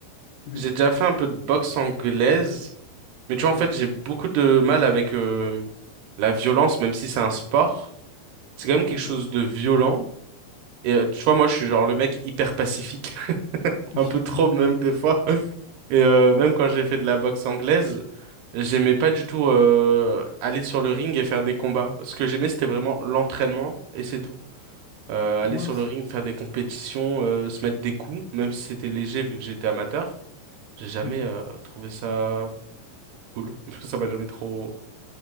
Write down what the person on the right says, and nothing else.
J'ai déjà fait un peu de boxe anglaise, mais tu vois
en fait j'ai beaucoup de mal avec euh, la violence, même si c'est un sport. C'est quand même quelque
chose
de violent. Et euh, tu vois moi je suis genre le mec hyper pacifique.
un peu trop
même des fois. Et euh, même quand j'ai fait de la boxe anglaise, j'aimais pas du tout euh, aller sur le ring et faire des combats. Ce que j'aimais, c'était vraiment l'entraînement et c'est tout. Euh, aller
sur
le ring, faire des compétitions, euh, se mettre des coups, même si c'était léger vu que j'étais amateur. J'ai jamais
euh, trouvé ça cool. <laughs> Ça m'a jamais trop